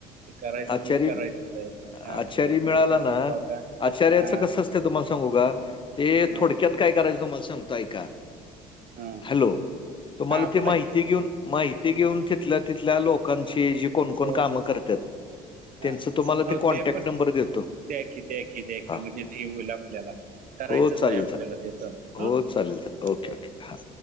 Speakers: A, on the right; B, on the left.
A: ते करायचं
B: आचारी
A: म्हणजे करायचं. हा
B: आचारी
A: त्यामुळे
B: मिळाला
A: ते आता
B: ना,
A: बघा
B: आचार्याचं
A: हा
B: कसं असतं तुम्हाला सांगू का ते
A: हा
B: थोडक्यात काय करायच तुमाला सगतो आयका
A: हा
B: हॅलो तुम्हाला
A: हा बोला
B: ते माहिती
A: की
B: घेऊन. माहिती घेऊन तिथल्या तिथल्या लोकांची जी कोणकण
A: हो
B: काम
A: हो
B: करतत्यात.
A: हो हा
B: त्यांच तुम्हाला
A: हो
B: ते कॉन्टॅक्ट
A: पण
B: नंबर देतो
A: द्या की द्या की द्या
B: हा.
A: की म्हणजे ते होईल आपल्याला करायचंच
B: हो चालेल
A: आहे आपल्याला
B: चालेल
A: ते चालू
B: हो चालेल चालेल. ओके
A: ह
B: ओके हां.